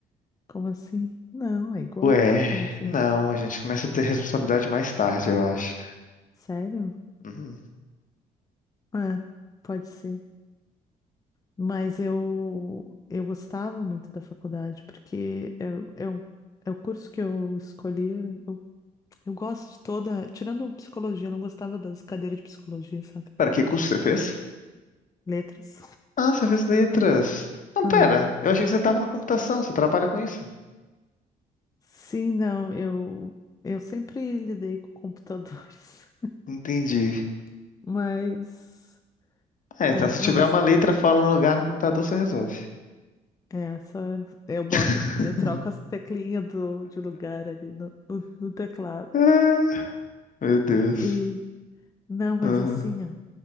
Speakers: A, on the left; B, on the left.
A: como assim? Não, é igual.
B: Ué,
A: Qual é a diferença?
B: não, a gente começa a ter responsabilidade mais tarde, eu acho.
A: Sério?
B: Uhum.
A: É, pode ser. Mas eu, eu gostava muito da faculdade, porque eu, eu, é o curso que eu escolhi. Eu, eu gosto de toda. Tirando psicologia, eu não gostava das cadeiras de psicologia, sabe?
B: Pera, que curso você fez?
A: Letras.
B: Ah, você fez letras. Não,
A: Aham.
B: pera, eu achei que você tava na computação, você trabalha com isso.
A: Sim, não, eu, eu sempre lidei com computadores,
B: Entendi.
A: <laughs> mas,
B: É, então
A: é,
B: se tiver
A: mas,
B: uma letra fora do lugar no computador, você resolve.
A: é, só eu, eu boto,
B: <laughs>
A: eu troco as teclinhas do, de lugar ali no, no, no teclado.
B: Ah, Meu Deus.
A: E, não, mas
B: Aham.
A: assim, ó,